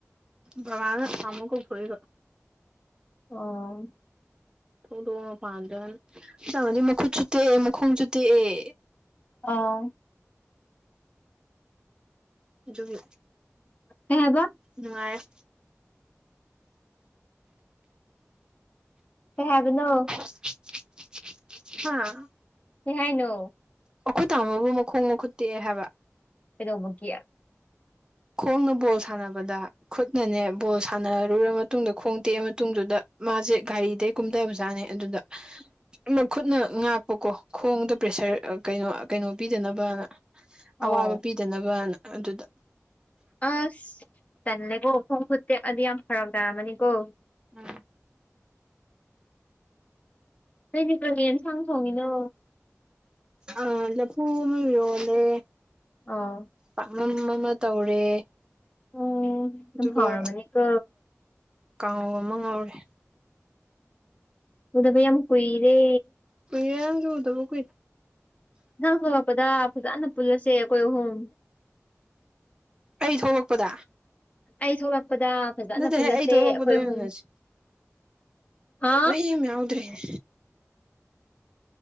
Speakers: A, on the right; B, on the left.
A: ꯕꯕꯥꯅ ꯇꯥꯃꯣ ꯀꯧꯊꯣꯔꯛꯏꯕ
B: ꯑꯣ
A: ꯊꯣꯛꯂꯛꯑꯣ ꯃꯄꯥꯟ ꯃꯗꯤ ꯃꯈꯨꯠꯁꯨ ꯇꯦꯛꯑꯦ ꯃꯈꯣꯡꯁꯨ ꯇꯦꯛꯑꯦ
B: ꯑꯥ
A: ꯑꯗꯨꯒꯤ
B: ꯀꯩ ꯍꯏꯕ
A: ꯅꯨꯡꯉꯥꯏꯌꯦ
B: ꯀꯩ ꯍꯥꯏꯕꯅꯣ
A: <unintelligible> ꯍꯥꯥ
B: ꯀꯩ ꯍꯥꯏꯅꯣ
A: ꯑꯩꯈꯣꯏ ꯇꯥꯝꯃꯣꯕꯨ ꯃꯈꯣꯡ ꯃꯈꯨꯠ ꯇꯦꯛꯑꯦ ꯍꯥꯏꯕ
B: ꯀꯩꯗꯧꯕꯒꯤ
A: ꯈꯣꯡꯅ ꯕꯣꯜ ꯁꯥꯟꯅꯕꯗ ꯈꯨꯠꯅꯅꯦ ꯕꯣꯜ ꯁꯥꯟꯅꯔꯨꯔ ꯃꯇꯨꯡꯗ ꯈꯣꯡ ꯇꯦꯛꯑ ꯃꯇꯨꯡꯗꯨꯗ ꯃꯥꯁꯦ ꯒꯥꯔꯤꯗꯩ ꯀꯨꯝꯊꯕꯖꯥꯠꯅꯦ ꯑꯗꯨꯗ ꯃ ꯈꯨꯠꯅ ꯉꯥꯛꯄꯀꯣ ꯈꯣꯡꯗ ꯄ꯭ꯔꯦꯁꯔ ꯀꯩꯅꯣ ꯀꯩꯅꯣ ꯄꯤꯗꯅꯕꯅ
B: ꯑꯣ
A: ꯑꯋꯥꯕ ꯄꯤꯗꯅꯕꯅ ꯑꯗꯨꯗ
B: ꯑꯁ ꯇꯜꯂꯦꯀꯣ ꯈꯣꯡ ꯈꯨꯠ ꯇꯦꯛꯑꯗꯤ ꯌꯥꯝ ꯐꯔꯛ ꯇꯥꯔꯝꯃꯅꯤꯀꯣ
A: ꯎꯝ
B: ꯅꯣꯏꯗꯤ ꯀꯔꯤ ꯌꯦꯟꯁꯥꯡ ꯊꯣꯡꯉꯤꯅꯣ
A: ꯑ ꯂꯨꯕ ꯑꯃ ꯏꯔꯣꯟꯂꯦ
B: ꯑꯥ
A: ꯄꯥꯛꯅꯝ ꯑꯃ ꯇꯧꯔꯦ
B: ꯎꯝ
A: ꯑꯗꯨꯒ
B: ꯌꯥꯝ ꯍꯥꯎꯔꯝꯃꯅꯤꯀꯣ
A: ꯀꯥꯡꯉꯧ ꯑꯃ ꯉꯧꯔꯦ
B: ꯎꯗꯕ ꯌꯥꯝ ꯀꯨꯏꯔꯦ
A: ꯀꯨꯏꯔꯦ ꯅꯪꯖꯨ ꯎꯗꯕ ꯀꯨꯏ
B: ꯃꯊꯪ ꯊꯣꯛꯂꯛꯄꯗ ꯐꯖꯅ ꯄꯨꯟꯂꯁꯦ ꯑꯈꯣꯏ ꯑꯍꯨꯝ
A: ꯑꯩ ꯊꯣꯛꯂꯛꯄꯗ
B: ꯑꯩ ꯊꯣꯛꯂꯛꯄꯗ ꯐꯖꯅ
A: ꯅꯠꯇꯦꯍꯦ
B: ꯄꯨꯜꯂꯁꯦ
A: ꯑꯩ ꯊꯣꯛꯂꯛꯄꯗ
B: ꯑꯩꯈꯣꯏ
A: ꯑꯣꯏꯅ
B: ꯑꯍꯨꯝ
A: ꯎꯅꯁꯦ
B: ꯍꯥ
A: ꯀꯩꯝ ꯌꯥꯎꯗ꯭ꯔꯦꯅꯦ